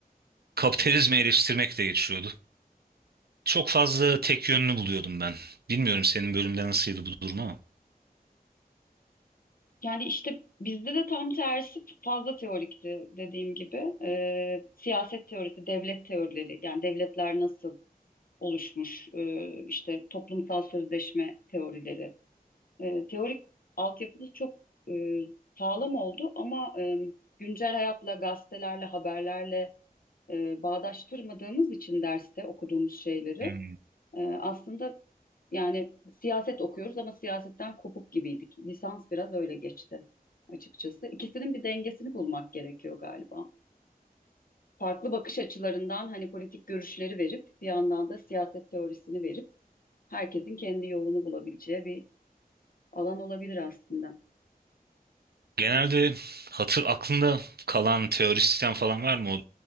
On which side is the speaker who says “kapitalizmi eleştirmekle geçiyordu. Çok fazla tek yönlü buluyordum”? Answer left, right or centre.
Right